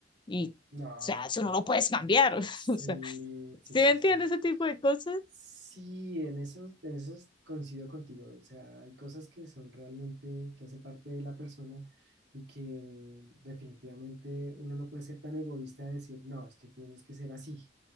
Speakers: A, on the left; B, on the right.
A: Y, o
B: no,
A: sea, eso no
B: no.
A: lo puedes cambiar. <laughs>
B: Sí,
A: O sea.
B: sí,
A: ¿Sí
B: sí,
A: me entiendes
B: sí.
A: ese tipo de cosas?
B: Sí, en eso, en eso coincido contigo. O sea, hay cosas que son realmente, que hacen parte de la persona y que definitivamente uno no puede ser tan egoísta de decir, no, es que tienes que ser así,